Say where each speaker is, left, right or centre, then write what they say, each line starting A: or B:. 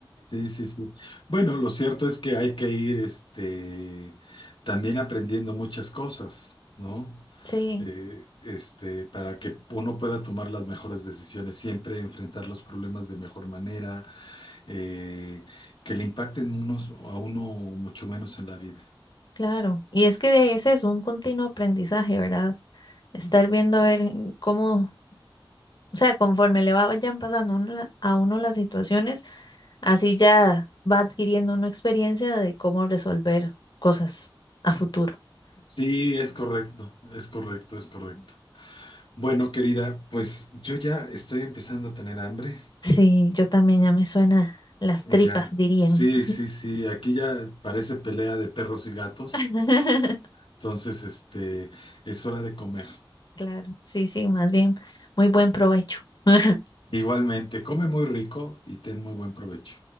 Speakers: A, on the left; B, on the left.
A: Sí, sí, sí. Bueno, lo cierto es que hay que ir, este, también aprendiendo muchas cosas, ¿no?
B: Sí.
A: Eh, este, para que uno pueda tomar las mejores decisiones, siempre enfrentar los problemas de mejor manera, eh, que le impacten unos a uno mucho menos en la vida.
B: Claro, y es que ese es un continuo aprendizaje, ¿verdad? Estar viendo a ver cómo, o sea, conforme le vayan pasando uno la- a uno las situaciones, así ya va adquiriendo una experiencia de cómo resolver cosas a futuro.
A: Sí, es correcto, es correcto, es correcto. Bueno, querida, pues yo ya estoy empezando a tener hambre.
B: Sí, yo también ya me suena las
A: Ya,
B: tripas, dirían.
A: sí, sí, sí, aquí ya parece pelea de perros y gatos.
B: <laughs>
A: Entonces, este, es hora de comer.
B: Claro, sí, sí, más bien, muy buen provecho. <laughs>
A: Igualmente, come muy rico y ten muy buen provecho.